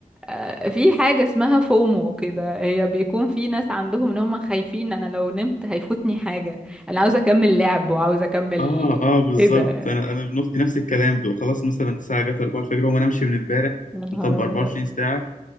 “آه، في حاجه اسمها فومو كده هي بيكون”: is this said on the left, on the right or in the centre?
Centre